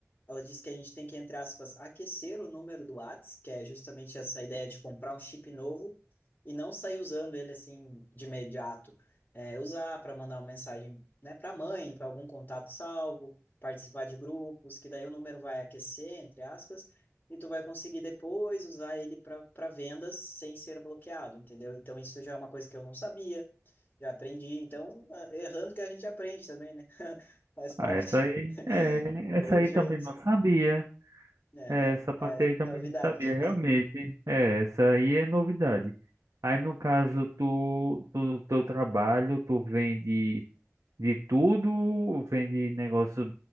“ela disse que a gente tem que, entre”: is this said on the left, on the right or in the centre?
Left